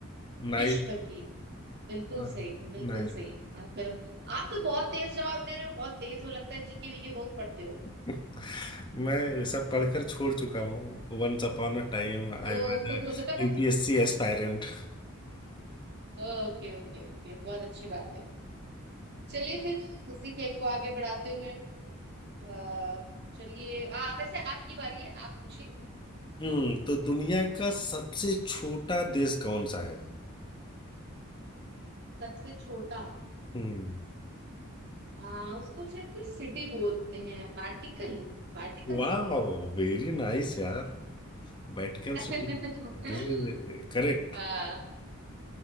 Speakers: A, on the left; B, on the right.
A: नाइल
B: विश्व की बिल्कुल
A: हाँ
B: सही बिल्कुल
A: नाइल
B: सही हाँ फिर आप तो बहुत तेज जवाब दे रहे हो बहुत तेज हो लगता है जीके वीके बहुत पढ़ते हो
A: <laughs> मैं सब पढ़कर छोड़ चुका हूँ Once upon a time I
B: ओ <laughs>
A: was यूपीएससी aspirant
B: ओके ओके ओके बहुत अच्छी बात है चलिए फिर इसी खेल को आगे बढ़ाते हुए अ, चलिए आ, वैसे आपकी बारी है आप पूछिए
A: Hmm तो दुनिया का सबसे छोटा देश कौन सा है
B: सबसे छोटा
A: हम्म
B: आ, उसको शायद कुछ सिटी बोलते हैं वाटिकन Vatican
A: वाह
B: city
A: वेरी नाइस यार Vatican
B: <laughs>
A: City this is correct
B: आ,